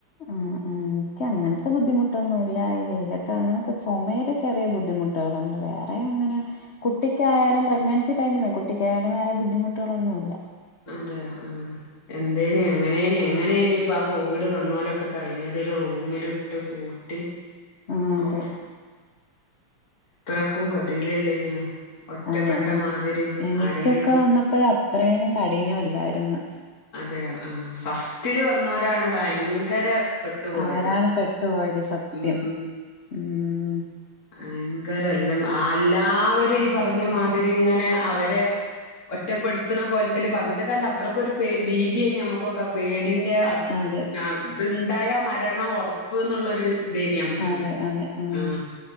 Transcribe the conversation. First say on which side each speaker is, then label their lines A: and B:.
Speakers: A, on the left; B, on the left.
A: ഉം ഉം എനിക്ക് അങ്ങനത്തെ ബുദ്ധിമുട്ടൊന്നുമല്ല, ഈ വെയിലത്തെ അങ്ങനെ കൊറച്ചു. ചുമയിടാ ചെറിയ ബുദ്ധിമുട്ടുകളുണ്ട് വേറെ അങ്ങനെ കുട്ടിക്കായാലും പ്രെഗ്നന്റ് ടൈമിൽ കുട്ടിക്കായാലും വേറെ ബുദ്ധിമുട്ടുകളൊന്നുമില്ല.
B: അതെയോ ആഹ് എന്തേ എങ്ങനെ എങ്ങനെനി ഇപ്പ കോവിഡ് കോവിഡ് വന്നൊരൊക്കെ കഴിഞ്ഞത് ഒരു റൂമിലിട്ട് പൂട്ടി
A: ആഹ് അതെ.
B: ഓഹ് ഇത്രക്കും ഗതിയിലല്ലേനോ ഒറ്റപ്പെട്ട
A: അതെ
B: മാതിരി
A: എനിക്കൊക്കെ
B: ആരെങ്കിലും
A: വന്നപ്പോഴ അത്രേനും കഠിനം അല്ലായിരുന്നു.
B: അതെയോ ആഹ് ഫസ്റ്റില് വന്നോരാണ് ഭയങ്കര പെട്ടുപോയത്
A: അവരാണ് പെട്ടു പോയത്. സത്യം
B: ഉം
A: ഉം.
B: ഭയങ്കര എല്ലാം ആ എല്ലാവരും ഈ പറഞ്ഞ മാതിരി ഇങ്ങനെ അവരെ ഒറ്റപ്പെടുത്തണ കൊലത്തില് പറഞ്ഞ കാല അത്രക്കൊ ഒരു ഭീതിയ നമ്മുക്കൊക്കെ പേടിൻ <unintelligible>
A: അതെ
B: ഉണ്ടായ മരണം ഉറപ്പ് എന്നുള്ളൊരു ഇതേനി നമ്മക്ക്
A: അതെ അതെ ഉം
B: ആഹ്